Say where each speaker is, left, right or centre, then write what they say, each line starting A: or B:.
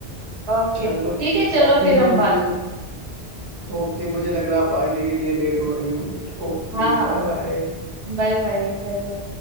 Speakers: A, on the right (about 85°); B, on the right (about 30°).
A: ओके
B: चलो
A: ठीक
B: ठीक
A: है
B: है,
A: चलो
B: पार्टी
A: फिर
B: करो
A: हम बात
B: मुझे लग, ओके मुझे लग रहा है पार्टी के लिए लेट हो रही होगी Okay
A: हाँ हाँ
B: bye bye
A: बाय बाय बाय बाय